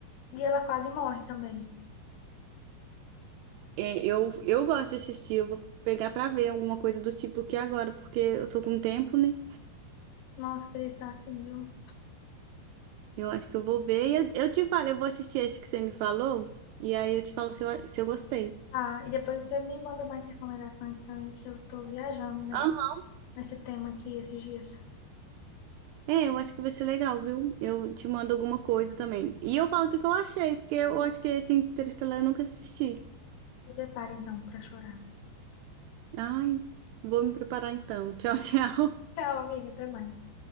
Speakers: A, on the left (about 75°); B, on the right (about 85°).
A: E ela quase morre também.
B: É, eu, eu gosto de assistir, eu vou pegar pra ver alguma coisa do tipo aqui agora, porque eu tô com tempo, né?
A: Nossa, eu queria estar assim, viu?
B: Eu acho que eu vou ver. E eu, eu te falo, eu vou assistir esse que você me falou, e aí eu te falo se eu, a- se eu gostei.
A: Ah, e depois você me manda mais recomendações também, que eu tô viajando nesse,
B: Aham.
A: nesse tema aqui esses dias.
B: É, eu acho que vai ser legal, viu? Eu te mando alguma coisa também. E eu falo o que que eu achei, porque eu acho que esse Interestelar eu nunca assisti.
A: Se prepara então pra chorar.
B: Ai, vou me preparar então. <laughs> Tchau, tchau.
A: Tchau, amiga, até mais.